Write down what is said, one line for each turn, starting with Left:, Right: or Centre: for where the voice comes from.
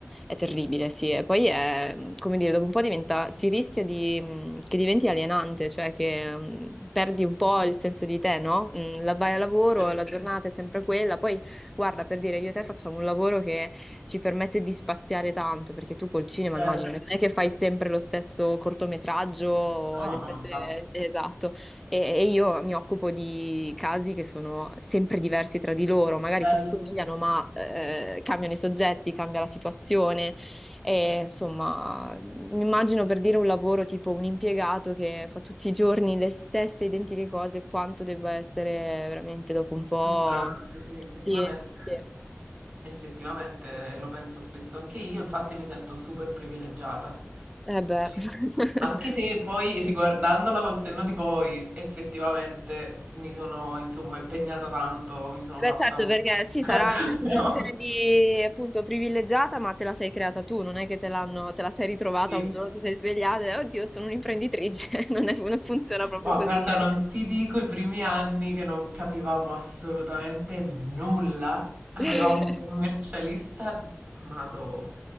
Centre: è terribile, sì. E poi è, come dire, dopo un po' diventa, si rischia di, mh, che diventi alienante, cioè che mh, perdi un po' il senso di te, no? Mh, la vai a lavoro,
Right: Per- tutto,
Centre: la giornata è sempre quella, poi guarda, per dire, io e te facciamo un lavoro che ci permette di spaziare tanto, perché tu col cinema
Right: Vero?
Centre: immagino, non è che fai sempre lo stesso cortometraggio o
Right: No,
Centre: le
Right: no,
Centre: stesse...
Right: infatti.
Centre: Esatto. E, e io mi occupo di casi che sono sempre diversi tra di loro, magari
Right: Bello,
Centre: si assomigliano, ma eh, cambiano i soggetti, cambia la situazione. E, insomma, mi immagino per dire un lavoro tipo un impiegato che fa tutti i giorni le stesse identiche cose, quanto debba essere veramente dopo un po'.
Right: frustrante, sì, effettivamente.
Centre: Sì, sì.
Right: Effettivamente lo penso spesso anche io, infatti mi sento super privilegiata.
Centre: Eh beh.
Right: Cioè, anche
Centre: <laughs>
Right: se poi riguardandola col senno di poi, effettivamente mi sono insomma impegnata tanto, mi sono
Centre: Beh,
Right: fatta
Centre: certo,
Right: un...
Centre: perché
Right: <laughs>
Centre: sì,
Right: Però-
Centre: sarà una situazione di appunto privilegiata, ma te la sei creata tu, non è che te l'hanno, te la sei ritrovata
Right: Sì,
Centre: un giorno, ti sei svegliata e oddio, sono un'imprenditrice, <laughs> non è- non funziona proprio
Right: Ma
Centre: così,
Right: guarda,
Centre: ecco.
Right: non ti dico i primi anni che non capivamo assolutamente nulla. Avevamo
Centre: <laughs>
Right: un commercialista, mado.